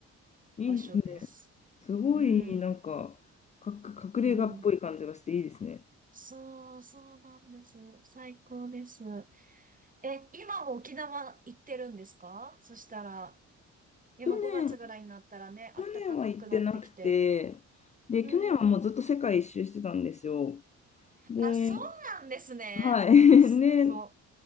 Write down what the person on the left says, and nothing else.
うん。
いいっすね。すごい、
なんか、かく、隠れ家っぽい感じがしていいですね。
去年、
去年は行ってなくて、で、
去年はもうずっと世界一周してたんですよ。で、
はい。<laughs>
で、